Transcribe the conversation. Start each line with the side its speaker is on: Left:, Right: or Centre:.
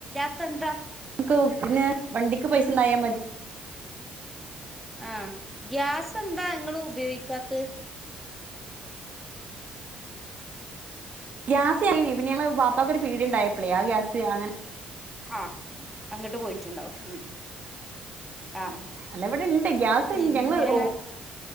Centre: ത്തെന്താ
Right: <unintelligible> പിന്നേ വണ്ടിക്ക് പൈസണ്ടായാമതി
Centre: ആഹ് ഗ്യാസ് എ ന്താ ഇങ്ങളുപയോയ്ക്കാത്ത്
Right: ഗ്യാസ് <unintelligible> പിന്നെ ഞങ്ങള് ബാപ്പാക്കൊര്പ്പീടിക ഇണ്ടായപ്ലെ ആ ഗ്യാസ് അങ്ങനെ
Centre: അഹ് അങ്ങിട്ട് പോയിട്ടിണ്ടാവും ഉം ആഹ്
Right: അല്ല ഇവിടെ ഇണ്ട് ഗ്യാസ്
Centre: പിന്നെ
Right: ഇൻ ഞങ്ങള് ഓ